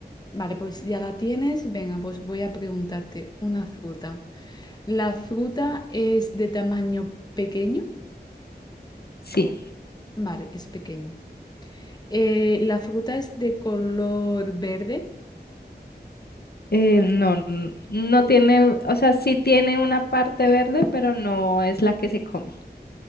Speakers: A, on the left; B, on the left.
A: Vale, pues ya la tienes. Venga, pues voy a preguntarte una fruta. ¿La fruta es de tamaño pequeño?
B: Sí.
A: Vale, es pequeño. Eh, ¿la fruta es de color verde?
B: Eh, no, n- no tiene, o sea, sí tiene una parte verde, pero no es la que se come.